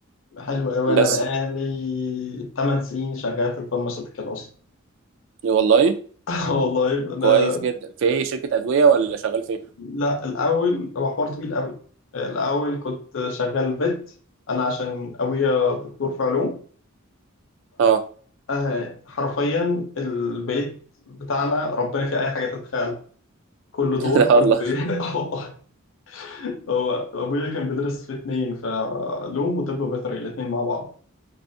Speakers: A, on the left (about 65°); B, on the right (about 60°).
A: حلو قوي انا
B: بس
A: بقالي 8 سنين شغال في الفارماسيوتيكال اصلا
B: والله
A: <laughs> آه والله انا
B: كويس جدا في ايه شركه ادويه ولا شغال فين
A: لا الاول هو حوار طويل قوي الاول كنت شغال فيت انا عشان ابويا دكتور في علوم
B: اه
A: فحرفيا البيت بتاعنا ربنا في اي حاجه تتخيل كل دور
B: <laughs> لا
A: كان
B: والله
A: بي... <laughs> آه والله. هو ابويا كان بيدرس في اتنين فعلوم وطب بيطري الاتنين مع بعض